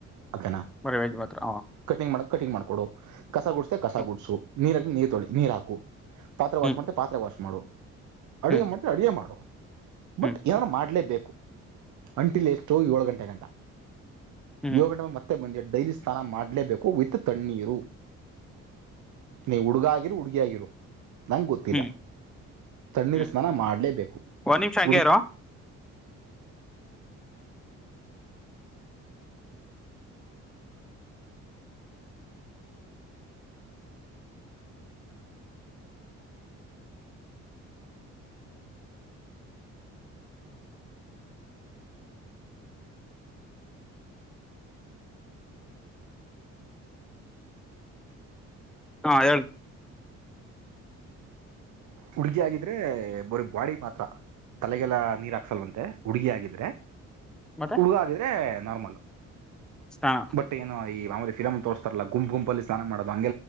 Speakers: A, on the right; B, in the centre.
A: ಓಕೆನಾ
B: ಬರೀ ವೆಜ್ ಮಾತ್ರ
A: ಕಟಿಂಗ್ ಮಾಡಕ್ ಕಟಿಂಗ್ ಮಾಡ್ಕ. ಕೊಡು ಕಸ ಗುಡಸ್ೆ ಕಸ
B: ಹ್ಮ್
A: ಗುಡಸು ನೀರ್ ಹಾ ನೀರ್ ತೊಳಿ ನೀರ್ ಹಾಕು. ಪಾರೆ ವಾ್
B: ಹ್ಮ್
A: ಮಾಡತ ಪಾತ್ರೆ ವಾ್ ಮಾಡು. ಅಡುಗೆ
B: ಹ್ಮ್
A: ಮಾಡಿದೆ ಅಡುಗೆ ಮಾಡುವ
B: ಹ್ಮ್
A: ಬಟ್ ಏನಾರೂ ಮಾಡಲೇಬೇಕು. ಅಂಟಿಲ್ ಎಷ್ಟೋ ಏಳು ಗಂಟೆ ಗಂಟ
B: ಹ್ಮ್
A: ಏಳು
B: ಹ್ಮ್
A: ಗಂಟೆ ಮತ್ತೆ ಬಂದ ಡೈಲಿ. ಸ್ಥಾನ ಮಾಡಲೇಬೇಕು ವಿತ್ ತಣ್ಣೀರು. ನೀ ಹುಡುಗ ಆಗಿರು ಹುಡ್ಗಿ ಆಗಿರು ನಂಗಗೆ ಗೊತ್ತಿಲ್ಲ.
B: ಹ್ಮ್
A: ತಣ್ಣೀರು
B: ಹ್ಮ್
A: ಸ್ನಾನ ಮಾಡಲೇಬೇಕು
B: ಒಂದ್ ನಿಮಿಷ ಹಂಗೆ
A: ಹುಡುಗಿ.
B: ಇರು ಹಾ ಹೇಳು.
A: ಹುಡ್ಗಿ ಆಗಿದ್ರೆ ಬರ ಬಾಡಿ ಮಾತ್ರ ತಲೆಗೆಲ್ಲ ನೀರ್ ಹಾಕ್ಸಲ್ವಂತೆ ಹುಡುಗಿ ಆಗಿದ್ರೆ.
B: ಮತ್ತೆ
A: ಹುಡುಗ ಆಗಿದ್ರೆ ನಾರ್ಮಲ್
B: ಸ್ನಾನ
A: ಬಟ್ ಏನೋ ಈ. ್ರ ಫರ ತೋರ್ತಾರಲ್ಲ ಗುಂಪ್ ಗುಂಪ ಅ ಸ್ಾನ ಮಾಡುದು